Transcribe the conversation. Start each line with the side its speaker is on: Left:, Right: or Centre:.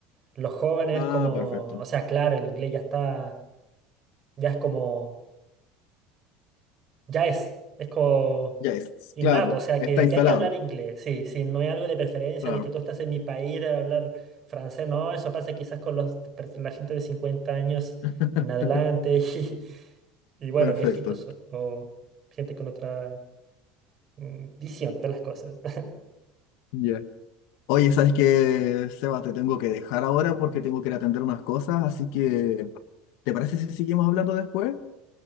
Right: Los jóvenes
Left: Ah,
Right: como,
Left: perfecto.
Right: o sea, claro, el inglés ya está, ya es como Ya es, es como
Left: Ya es,
Right: innato,
Left: claro,
Right: o sea
Left: está
Right: que,
Left: instalado.
Right: que hay que hablar inglés, sí, sí, no hay algo de preferencia
Left: Claro.
Right: de que tú estás en mi país de hablar francés, no, eso pasa quizás con los, per- la gente de 50 años
Left: <laughs>
Right: en adelante <laughs> y, y bueno,
Left: Perfecto.
Right: viejitos o, o gente con otra mm, visión de las cosas. <laughs>
Left: Ya. Oye, ¿sabes qué, Seba? Te tengo que dejar ahora porque tengo que ir a atender unas cosas, así que, ¿te parece si seguimos hablando después?